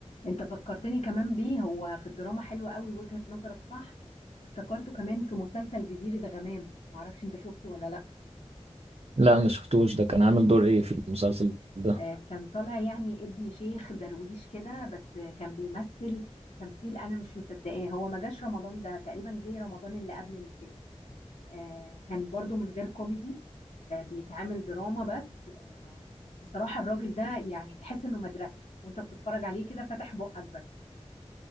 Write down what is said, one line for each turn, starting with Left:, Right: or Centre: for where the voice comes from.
Left: انت فكرتني كمان بيه هو في الدراما حلو قوي وجهة نظرك صح افتكرته كمان في مسلسل جزيرة غمام معرفش انت شفته ولا لا
Right: لا ما شفتوش ده كان عامل دور ايه في المسلسل ده
Left: آه كان طالع يعني ابن شيخ درويش كده بس كان بيمثل تمثيل انا مش مصدقاه هو ما جاش رمضان ده تقريبا جه رمضان اللي قبل اللي فات آه، كان برضو من غير كوميدي آه، بيتعامل دراما بس آه، بصراحة الراجل ده يعني تحس انه مدرسة وانت بتتفرج عليه كده فاتح بقك بس